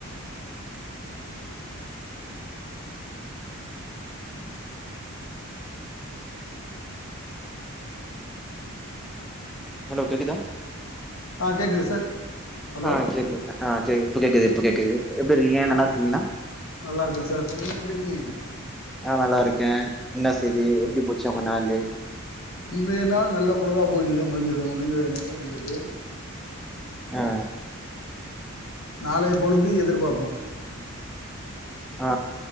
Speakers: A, on the left; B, in the centre.
A: <inaudible>
B: hello கேக்குதா
A: ஆ கேக்குது சார் ஹலோ
B: ஆ கேக்குது ஆ கேக்குது இப்ப கேக்குது இப்ப கேக்குது எப்டி இருக்கீங்க நல்லா
A: ஆ
B: இருக்கீங்களா
A: ச நல்லா இருக்க சார் சார் நீங்க எப்டி இருக்கீங்க
B: ஆ நல்லா இருக்கே என்ன செய்தி
A: ஆ சொல்
B: எப்டி போச்சு உங்க நாளு
A: இன்றைய நால் நல்ல பொழுதா போய்ட்டுது முடிஞ்சது முடிஞ்சது நிறைவடைந்தது
B: ஆ
A: நாளை பொழுது எதிர்பார்ப்போ
B: ஆ